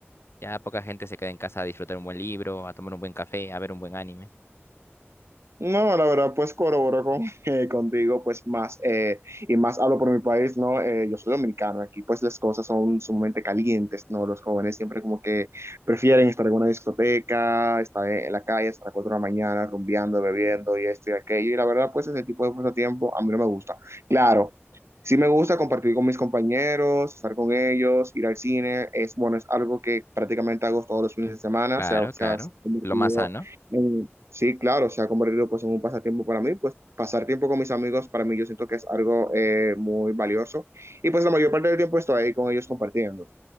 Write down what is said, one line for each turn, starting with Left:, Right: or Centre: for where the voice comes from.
Left: Ya poca gente se queda en casa a disfrutar un buen libro, a tomar un buen café, a ver un buen anime.
Right: No, la verdad, pues corroboro con, <laughs> eh, contigo, pues más, eh, y más hablo por mi país, ¿no? Eh, yo soy dominicano, aquí pues las cosas son sumamente calientes, ¿no? Los jóvenes siempre como que prefieren estar en una discoteca, estar en la calle hasta las 4 de la mañana, rumbeando, bebiendo y esto y aquello, y la verdad, pues ese tipo de pasatiempo a mí no me gusta. Claro, Sí me gusta compartir con mis compañeros, estar con ellos, ir al cine. Es bueno, es algo que prácticamente hago todos los fines de semana.
Left: Claro,
Right: Se ha,
Left: claro.
Right: se ha- se ha convertido
Left: Lo más sano.
Right: en, Sí, claro, se ha convertido pues en un pasatiempo para mí, pues pasar tiempo con mis amigos para mí yo siento que es algo eh, muy valioso y pues la mayor parte del tiempo estoy ahí con ellos compartiendo.